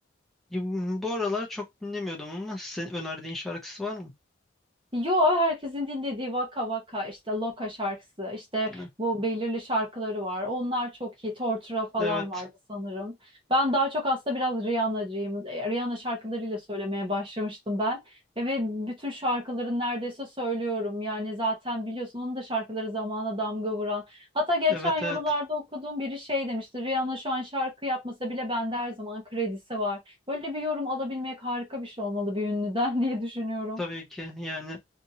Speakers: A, in the centre; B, on the right.
A: Ya, Bu aralar çok dinlemiyordum ama senin önerdiğin şarkısı var mı?
B: Yo herkesin dinlediği Vaka Vaka işte Loka şarkısı işte
A: Ha,
B: bu belirli şarkıları var. Onlar çok iyi. Tortura falan
A: Evet.
B: vardı sanırım. Ben daha çok aslında biraz Rihanna'cıyım. E, Rihanna şarkılarıyla söylemeye başlamıştım ben. E, ve bütün şarkıların neredeyse söylüyorum. Yani zaten biliyorsun onun da şarkıları zamana damga vuran. Hatta geçen
A: Evet
B: yorumlarda
A: evet.
B: okuduğum biri şey demişti. Rihanna şu an şarkı yapmasa bile bende her zaman kredisi var. Böyle bir yorum alabilmek harika bir şey olmalı bir ünlüden <laughs> diye düşünüyorum.
A: Tabii ki yani